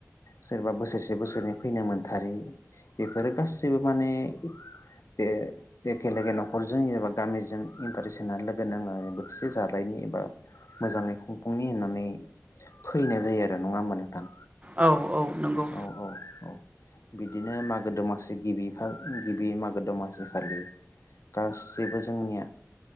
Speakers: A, on the left (about 70°); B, on the right (about 25°).
A: सोरबा बोसोरसे बोसोरनै फैनो मोनथारि बेफोरो गासै सिबो माने बे एखेलेगे न'खरजों एबा गामिजों इन्टारेस्ट होनानै लोगो नाङो बोथिसे जालायनि एबा मोजाङै खुंफुंनि होननानै फैनाय जायो आरो नङा होमा नोंथां।
B: औ औ नंगौ
A: औ औ बिदिनो मागो दमासि गिबि फा गिबि मागो दमासि खालि गासैबो जोंनिया